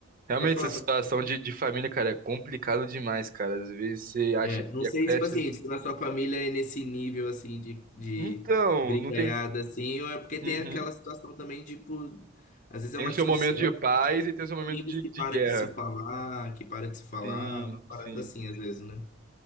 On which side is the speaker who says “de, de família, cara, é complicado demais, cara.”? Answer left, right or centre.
Right